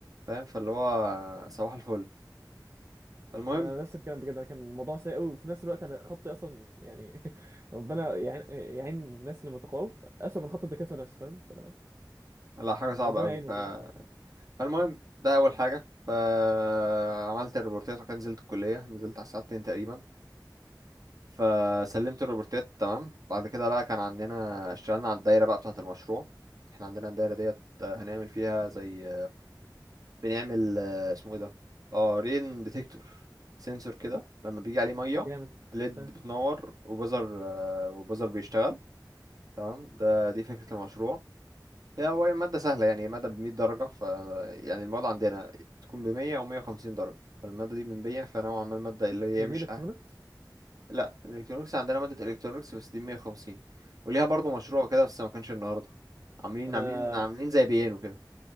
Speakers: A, on the right (about 55°); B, on the right (about 35°).
A: فاهم فاللي هو صباح الفل فالمهم
B: انا نفس الكلام بجد انا كان الموضوع سيء قوي وفي نفس الوقت انا خطي اصلا يعني <laughs> ربنا يعين يعين الناس اللي متقاعد اسوء من خط الدكاتره نفسه فاهم ف-
A: لا حاجه
B: يعني
A: صعبه
B: ربنا
A: قوي
B: يعينه
A: ف...
B: والله
A: فالمهم ده اول حاجه فعملت الريبورتات وكان نزلت الكليه نزلت على الساعه 2 تقريبا فسلمت الريبورتات تمام بعد كده بقى كان عندنا اشتغلنا على الدايره بقى بتاعه المشروع احنا عندنا الدايره ديت آه، هنعمل فيها زي بنعمل آه، اسمه ايه ده اه رين ديتكتور سنسور كده لما بيجي عليه ميه
B: جامد
A: ليد
B: فاهم.
A: بتنور وبزر آه، وبزر بيشتغل تمام ده دي فكرة المشروع هي هو مادة سهلة يعني مادة بمية درجة ف يعني المواد عندنا تكون بمية أو مية وخمسين درجة فالمادة دي من مية فنوعا ما المادة اللي هي
B: هي
A: مش
B: دي الكترونكس
A: أه لا الإلكترونيكس عندنا مادة إلكترونيكس بس دي مية وخمسين وليها برضه مشروع كده بس ما كانش النهاردة عاملين
B: انا
A: عاملين عاملين زي بيانو كده